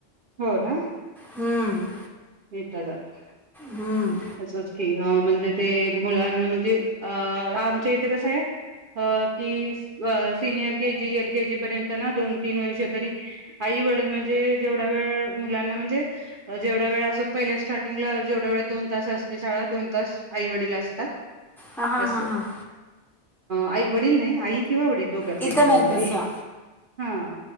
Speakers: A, on the right; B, in the centre.
A: हो ना
B: हम्म,
A: येता जात
B: हम्म.
A: अच् असच कि हं‌ म्हणजे ते मुलांना म्हणजे अ आमच्या इथे कसय अ की अ सिनियर केजी एल केजी पर्यंत ना दोन तीन वर्ष तरी आई वडील म्हणजे जेवढा वेळ मुलांना म्हणजे अ जेवढा वेळ पहिल्या स्टार्टिंगला जेवढे वेळ दोन तास असते शाळा दोन तास आईवडील असतात...
B: हां हां
A: अस
B: हां
A: अ
B: हां
A: आई वडील नाही आई किवा वडील दोघातले
B: इथं
A: कोणतरी
B: नाही तसं
A: हां